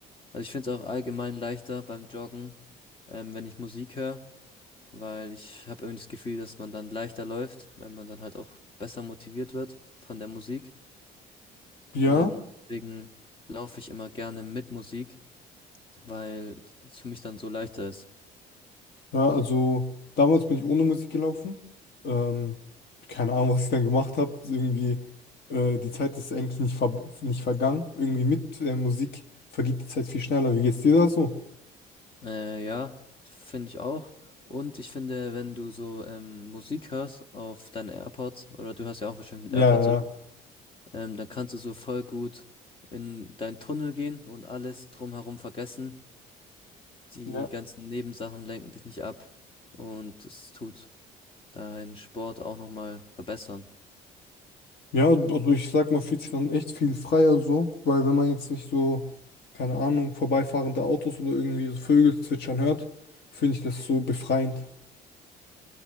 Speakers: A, on the left; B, on the left.
A: also ich finde es auch allgemein leichter beim Joggen, ähm, wenn ich Musik höre weil ich habe irgendwie das Gefühl, dass man dann leichter läuft, wenn man dann halt auch besser motiviert wird von der Musik.
B: Ja.
A: Ähm, deswegen laufe ich immer gerne mit Musik, weil es für mich dann so leichter ist.
B: Ja, also damals bin ich ohne Musik gelaufen. Ähm, keine Ahnung, was ich dann gemacht habe. Irgendwie, äh, die Zeit ist eigentlich nicht, ver nicht vergangen. Irgendwie mit äh, Musik vergeht die Zeit viel schneller. Wie geht's dir da so?
A: Äh, ja, finde ich auch. Und ich finde, wenn du so ähm, Musik hörst auf deinen AirPods, oder du hörst ja auch wahrscheinlich mit AirPods,
B: Ja, ja.
A: oder? Ähm, dann kannst du so voll gut in deinen Tunnel gehen und alles drumherum vergessen. Die
B: Ja,
A: ganzen Nebensachen lenken dich nicht ab und es tut deinen Sport auch nochmal verbessern.
B: Ja, also ich sag mal, fühlt sich dann echt viel freier so, weil wenn man jetzt nicht so, keine Ahnung, vorbeifahrende Autos oder irgendwie so Vögel zwitschern hört, finde ich das so befreiend.